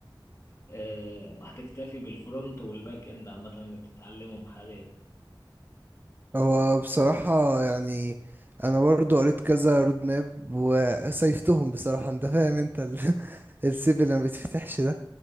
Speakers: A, on the left; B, on the right.
A: آه هتكتفي بالفرونت والباك إند عامة اللي بتتعلمهم حاليا؟
B: هو بصراحة يعني أنا برضو قريت كذا رود ماب وسيفتهم بصراحة أنت فاهم أنت ال- <laughs> السيف اللي ما بيتفتحش ده